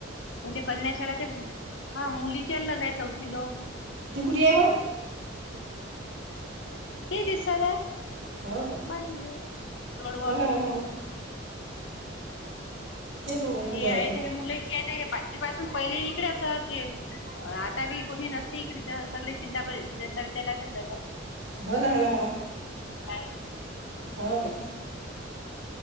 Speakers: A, on the left; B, on the right.
A: म्हणजे कन्याशाळा ते हा मुलीच्याला जाय चौथी लोक
B: ती कुठे आहे बर?
A: ते दिसला
B: हो काय
A: बाजूले जोडवा.
B: हो ना हो ना हो ना तेच म्हणलं
A: हे
B: कुठे आहे
A: आहेत
B: ते
A: हे मुलं इतक्या आहेत हे पाचवी पासून पहिले इकडे अस ते आता काही कोणी नसते इकडे सगळे जिल्हा प जनता विद्यालयातच जातात.
B: हो ना हो ना हो ना.
A: शाळेत.
B: हो हो.
A: हम्म